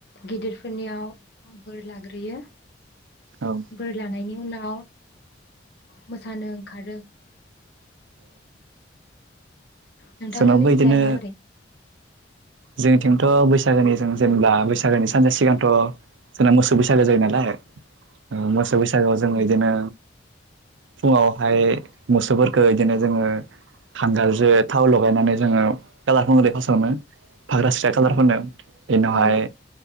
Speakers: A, on the left; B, on the right.
A: गिदिरफोरनियाव बोर लाग्रोयो
B: औ
A: बोर लानायनि उनाव मोसानो ओंखारो नोंथांमोननिखिजाय
B: जोंनावबो बिदिनो
A: माबोरै
B: जोंथिंथ' बैसागोनि जों जेनेबा बैसागोनि सानसे सिगांथ' जोंना मोसौ बैसागो जायो नालाय औ मोसौ बैसागोआव जो एदिनो फुङावहाय मोसौफोरखौ एदिनो जोङो हांगारजों थाव लगायनानै जोङो कालार फुनग्रोयो फास आवनो फाग्रा सिख्रा कालार फोनो एनिउनावहाय
A: औ